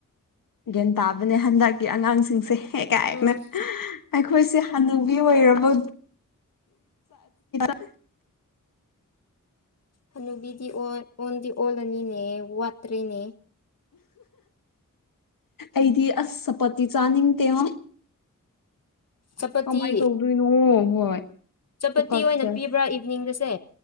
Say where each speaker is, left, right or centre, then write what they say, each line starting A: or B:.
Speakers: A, on the left; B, on the left.
A: ꯒ꯭ꯌꯥꯟ ꯇꯥꯕꯅꯦ ꯍꯟꯗꯛꯀꯤ ꯑꯉꯥꯡꯁꯤꯡꯁꯦ ꯍ‌ꯦꯛ ꯀꯥꯏꯅ
B: ꯎꯝ
A: ꯑꯩꯈꯣꯏꯁꯦ ꯍꯥꯟꯅꯨꯕꯤ ꯑꯣꯏꯔꯕ <unintelligible>
B: ꯍꯅꯨꯕꯤꯗꯤ ꯑꫭꯟ ꯑꯣꯟꯗꯤ ꯑꯣꯜꯂꯅꯤꯅꯦ ꯋꯥꯠꯇ꯭ꯔꯦꯅꯦ
A: ꯑꯩꯗꯤ ꯑꯁ ꯄꯄꯇꯤ ꯆꯅꯤꯡꯗ‌ꯦꯉꫭ
B: ꯆꯄꯇꯤ
A: ꯀꯃꯥꯏ ꯇꯧꯗꯣꯏꯅꯣ ꯍꯣꯏ
B: ꯆꯄꯇꯤ
A: ꯇꯨꯀꯠꯆꯩ
B: ꯑꯣꯏꯅ ꯄꯤꯕ꯭ꯔꯥ ꯏꯚꯤꯅꯤꯡꯗꯁꯦ